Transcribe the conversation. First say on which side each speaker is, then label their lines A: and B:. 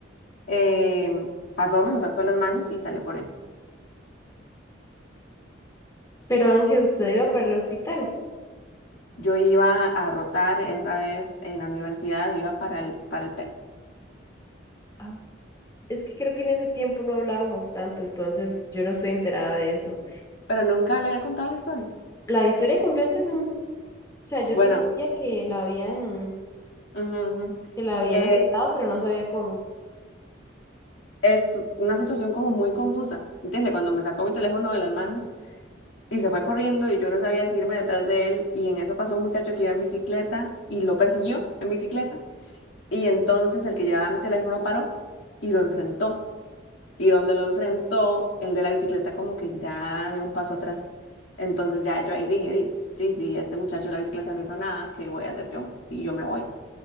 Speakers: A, on the left; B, on the left.
A: Em, pasó, me lo sacó de las manos y salió corriendo.
B: Pero Ángel, usted iba para el hospital.
A: Yo iba a rotar esa vez en la universidad, iba para el, para el PET,
B: Ah. Es que creo que en ese tiempo no hablábamos tanto, entonces yo no estoy enterada de eso.
A: pero nunca le había contado la historia.
B: La historia completa no. O sea, yo
A: Bueno,
B: sí sabía que la habían,
A: ujú, ujú.
B: que la habían
A: Eh,
B: asaltado, pero no sabía cómo.
A: es una situación como muy confusa, ¿entiendes? Cuando me sacó mi teléfono de las manos, y se fue corriendo y yo no sabía si irme detrás de él y en eso pasó un muchacho que iba en bicicleta y lo persiguió en bicicleta y entonces el que llevaba mi teléfono paró y lo enfrentó y donde lo enfrentó el de la bicicleta como que ya dio un paso atrás entonces ya yo ahí dije "Di- sí sí este muchacho de la bicicleta no hizo nada ¿qué voy a hacer yo? y yo me voy